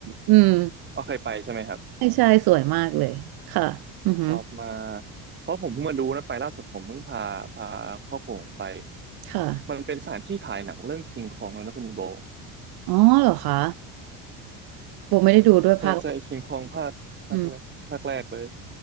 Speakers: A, on the right; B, on the right.
A: อืม
B: ก็เคยไปใช่ไหมครับ
A: ใช่ใช่สวยมากเลยค่ะอือหือ
B: ชอบมากเพราะผมเพิ่งมาดูนะไปล่าสุดผมเพิ่งพาพาครอบครัวผมไป
A: ค่ะ
B: มันเป็นสถานที่ถ่ายหนังเรื่องคิงคองเลยนะคุณโบ
A: อ๋อเหรอคะโบไม่ได้ดูด้วยภาค
B: ใช่ใช่คิงคองภาคภาคแรกภาคแรกเลย
A: อืม